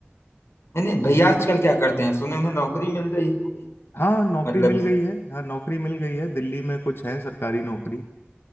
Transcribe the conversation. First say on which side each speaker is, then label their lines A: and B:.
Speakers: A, on the left; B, on the left.
A: नहीं नहीं भैया आजकल क्या करते हैं सुने उन्हें नौकरी मिल गई है कोई
B: हाँ नौकरी
A: मतलब
B: मिल गई है हाँ नौकरी मिल गई है दिल्ली में कुछ है सरकारी नौकरी